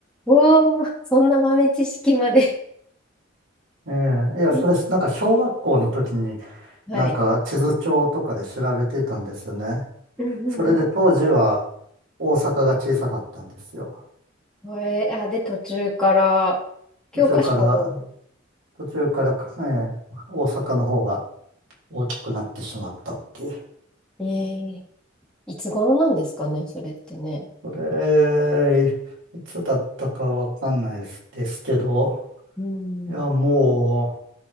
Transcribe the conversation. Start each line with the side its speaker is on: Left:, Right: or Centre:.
Centre: おー、そんな豆知識まで
Right: ええ、いや、
Centre: ね
Right: それ、なんか小学校の時に
Centre: <laughs> はい。
Right: なんか地図帳とかで調べてたんですよね。
Centre: うんうん
Right: それで当時は大阪が小さかったんですよ。
Centre: うん。えー、あ、で、途中から、教科書を、
Right: 途中から、途中からか、ええ大阪の方が大きくなってしまったっていう。
Centre: えー、いつ頃なんですかね、それってね。
Right: それ、いいつだったかわかんないですですけど、
Centre: うん。
Right: いや、も